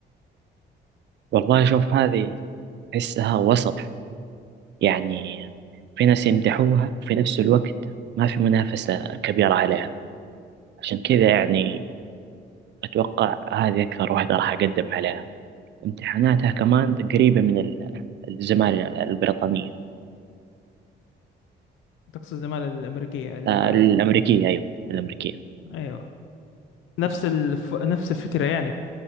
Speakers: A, on the right; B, on the left.
A: والله شوف هذه أحسها وسط يعني في ناس يمدحوها وفي نفس الوقت ما في منافسة كبيرة عليها عشان كذا يعني أتوقع هذه أكثر واحدة راح أقدم عليها امتحاناتها كمان قريبة من ال- الزمالة البريطانية
B: تقصد الزمالة الأمريكية ال-
A: آه، الأمريكية أيوة الأمريكية
B: أيوة نفس الف... نفس الفكرة يعني